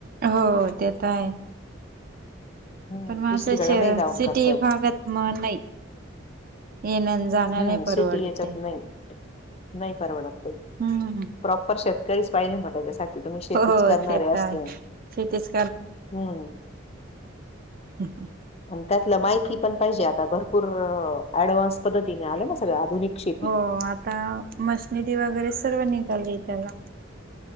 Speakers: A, on the right (about 45°); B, on the left (about 30°).
A: हो ते तर आहे.
B: हम्म
A: पण मा
B: दुसरीकडे
A: असं
B: नाही जाऊन
A: सिटी
B: करतात
A: भागात म नाही. येणं जाण्या
B: हम्म
A: नाही परवडते.
B: सिटी याच्यात नाही नाही परवडत. ते.
A: हु.
B: प्रॉपर शेतकरीच पाहिजे मग त्याच्यासाठी तुम्ही शेतीच
A: हो
B: करणारे
A: ते तर
B: असले
A: आहे. शेतीच
B: हु.
A: हम ह.
B: त्यातला माहिती पण पाहिजे आता भरपूर अँडव्हान्स पद्धतीने आले ना सगळ आधुनिक. शेती
A: हो आता मशनिदी वगैरे सर्व निघालले त्याला.